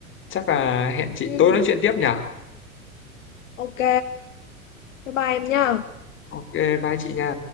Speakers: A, on the left; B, on the left.
A: chắc là hẹn chị
B: ừ
A: tối nói chuyện tiếp nhở
B: ok bye bye em nha
A: ok bye chị nha